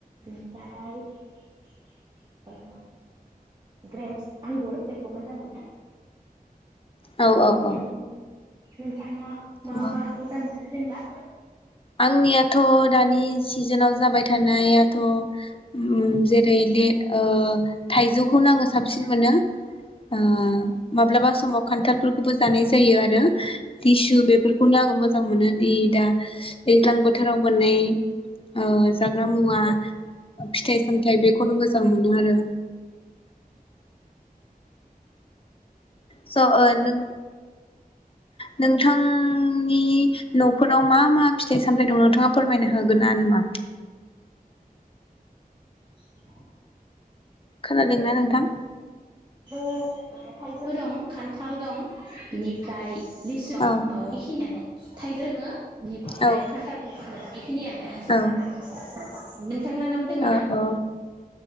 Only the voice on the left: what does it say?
औ
औ औ
औ
आंनियाथ' दानि सिजोनाव जाबाय थानायाथ' उम
जेरै ले ओ थाइजौखौनो आङो साबसिन मोनो ओ माब्लाबा समाव खान्थालफोरखौबो जानाय जायो आरो टिसु बेफोरखौनो आङो मोज <unintelligible> मोनो दि दा दैज्लां बोथोराव मोननै ओ जा जाग्रा मुवा फिथाइ सामथाय बेखौनो मोजां मोनो आरो स' ओ नों नोंथां थांनि न'फोराव मा मा फिथाइ सामथाय दं नोंथाङा फोरमायना होग गोनान मा
खोनादोंना नोंथां?
औ
औ
औ
औ
औ